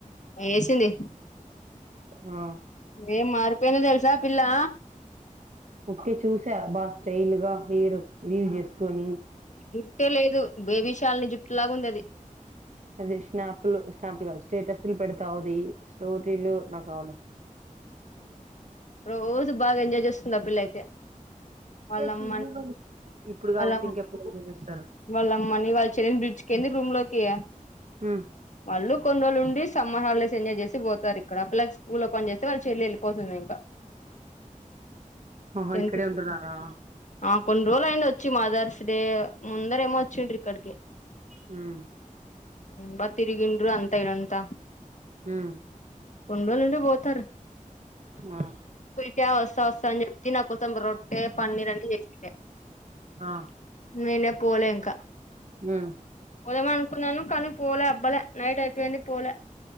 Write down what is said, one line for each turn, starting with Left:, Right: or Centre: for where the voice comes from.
Left: వేసింది
Right: ఆ
Left: ఏం మారిపోయిందో తే జా పిల్లా
Right: ఒకె చూసా బ స్టైల్గా హెయిర్ లీవ్ చేసుకొని
Left: జుట్టే లేదు బేబీషాలని జుట్టులగా ఉంది అది
Right: అదే స్నాప్లు స్నాప్లు కాదు స్టేటస్లు పెడు సౌదీ స్టోరీలు నాకు రావాలే
Left: రోజు బాగా ఎంజాయ్ చేస్తుంది ఆ పిల్ల అయితే వాళ్ళమ్మ
Right: ఏ చేయనివ్వండి ఇప్పుడు కాకపోతే
Left: వాళ్ళమ్
Right: ఇంకెప్పుడు ఎంజాయ్ చేస్తారు
Left: వాళ్ళమ్మని వాళ్ళ చెల్ని పిలుచుకెయింది రూమ్ లోకి
Right: ఉమ్
Left: వాళ్ళు కొన్ని రోజులు ఉండి సమ్మర్ హాల్డేస్ ఎంజాయ్ చేసి పోతారు ఇక్కడ ఆ పిల్ల స్కూల్ ఓపన్ చేస్తే వాళు చెల్లి ఎళ్ళిపోతుంది ఇంక
Right: ఆహో
Left: టెన్త్
Right: ఇక్కడే
Left: కి
Right: ఉంటున్నారా
Left: ఆ కొన్ని రోజులు అయింది వచ్చి మదర్స్ డే ముందర ఏమో వచ్చిండ్రి ఇక్కడికి
Right: హ్మ్
Left: బా తిరిగిండ్రు అంత ఈడంత
Right: ఉమ్
Left: కొన్నిరోజులు ఉండి పోతారు
Right: ఆ
Left: క వస్తా వస్తా అ అని చెప్ నా కోసం ట్టే పన్నీర్ అన్ని చేసిండా
Right: ఆ
Left: నేను పోలే ఇంక
Right: మ్మ్
Left: పొదామ అనుకున్నాను కానీ పోలే అబ్బలే నైట్ అయిపోయింది పోలే